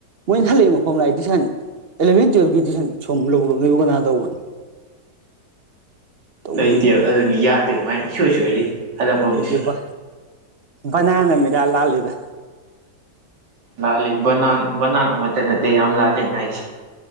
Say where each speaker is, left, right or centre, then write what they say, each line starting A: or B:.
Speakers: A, on the right; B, on the right.
A: ꯃꯣꯏꯅ ꯍꯜꯂꯛꯏ ꯃꯐꯝ ꯂꯥꯛꯏ ꯇꯨꯏꯁꯟ ꯑꯦꯂꯚꯦꯟ ꯇꯨꯋꯦꯜꯞꯀꯤ ꯇꯨꯏꯁꯟ ꯁꯣꯝ ꯂꯧꯔꯕ ꯀꯅꯥ ꯇꯧꯕꯅ ꯇꯧꯗꯦꯗ
B: ꯂꯩꯇꯦꯕ ꯑꯗꯨꯅ ꯌꯥꯗꯦ ꯃꯥꯏ ꯁꯣꯏ ꯁꯣꯏꯔꯤ ꯍꯜꯂꯛꯐꯝꯁꯦ
A: ꯂꯩꯇꯦꯕ ꯕꯅꯥꯟ ꯑꯃ ꯏꯂꯥꯟ ꯂꯥꯜꯂꯤꯕ
B: ꯂꯥꯟꯂꯤꯕ ꯕꯅꯥꯟ ꯃꯠꯇ ꯅꯠꯇ ꯌꯥꯝ ꯂꯥꯟꯂꯤ ꯃꯥꯏꯁꯦ